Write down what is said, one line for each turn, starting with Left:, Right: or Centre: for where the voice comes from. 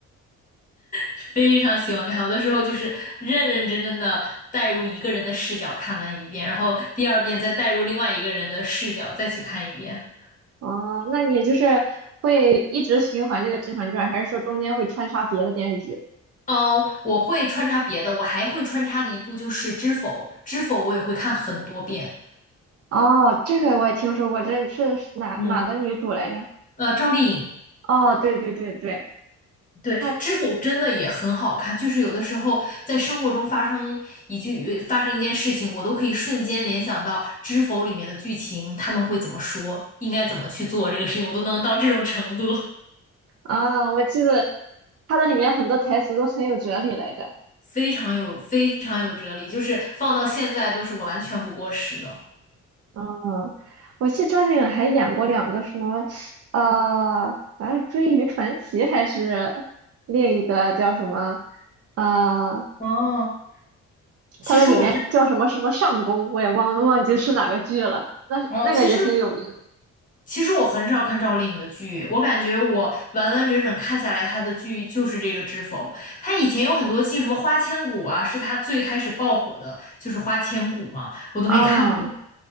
Left: 非常喜欢看。有的时候就是认认真真的带入一个人的视角看完一遍，然后第二遍再带入另外一个人的视角再去看一遍。
Right: 哦，那你就是会一直循环这个《甄嬛传》，还是说中间会穿插别的电视剧？
Left: 哦，我会穿插别的，我还会穿插的一部就是《知否》，《知否》我也会看很多遍。
Right: 哦，这个我也听说过，这是哪哪个女主来着？
Left: 嗯，呃，赵丽颖，
Right: 哦，对对对对，
Left: 对，
Right: 他
Left: 《知否》真的也很好看，就是有的时候在生活中发生一句发生一件事情，我都可以瞬间联想到《知否》里面的剧情，他们会怎么说，应该怎么去做这个事情，我都能到这种程度，
Right: 啊，我记得他的里面很多台词都很有哲理来着。
Left: 非常有非常有哲理，就是放到现在都是完全不过时的。
Right: 嗯，我记得张靓颖还演过两个什么，呃，好像是《追鱼传奇》还是另一个叫什么，呃，
Left: 哦，其实我真，
Right: 他在里面叫什么什么上宫，我也忘忘记是哪个剧了。那那个也挺有名的
Left: 哦，其实其实我很少看赵丽颖的剧，我感觉我完完整整看下来，她的剧就是这个《知否》。她以前有很多季，什么《花千骨》啊，是她最开始爆火的，就是《花千骨》嘛，我都没看过。
Right: 啊。